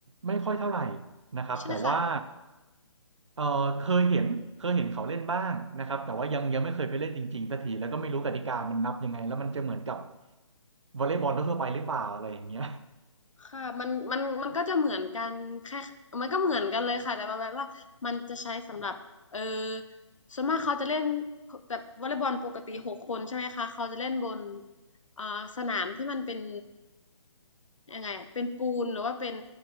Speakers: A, on the right; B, on the left.
A: ไม่ค่อยเท่าไหร่นะครับแต่ว่า
B: ใช่ค่ะ
A: เออเคยเห็นเคยเห็นเขาเล่นบ้างนะครับแต่ว่ายังยังไม่เคยไปเล่นจริงๆสักทีแล้วก็ไม่รู้กติกามันนับยังไงแล้วมันจะเหมือนกับวอลเลย์บอลทั่วๆไปหรือเปล่าอะไรอย่างเงี้ย
B: ค่ะมันมันมันก็จะเหมือนกันแค่มันก็เหมือนกันเลยค่ะแต่ประมาณว่ามันจะใช้สำหรับเออส่วนมากเขาจะเล่นแบบวอลเลย์บอลปกติหกคนใช่ไหมคะเขาจะเล่นบนอ่าสนามที่มันเป็นยังไงอะเป็นปูนหรือว่าเป็น